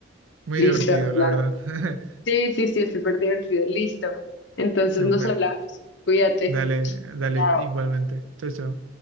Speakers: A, on the right (about 80°); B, on the left (about 60°).
A: Muy
B: Listo,
A: divertido,
B: Rolando.
A: la verdad. <laughs>
B: Sí, sí, sí, es súper divertido. Listo. Entonces
A: Súper.
B: nos hablamos. Cuídate.
A: Dale, dale
B: Chao.
A: igualmente. Chao, chao.